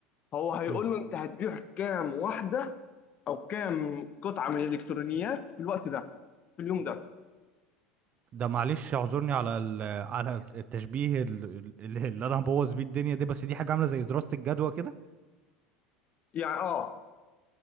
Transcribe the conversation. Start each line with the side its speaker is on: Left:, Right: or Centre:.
Left: هو هيقول
Right: مم،
Left: له انت هتبيع كام واحدة او كام قطعه من الالكترونيات في الوقت ده في اليوم ده
Right: ده معلش اعذرني على ال... <laughs> على التشبيه ال- <laughs> ال- اللي انا هبوظ بيه الدنيا دي بس دي حاجه عامله زي دراسه الجدوى كده
Left: يعني اه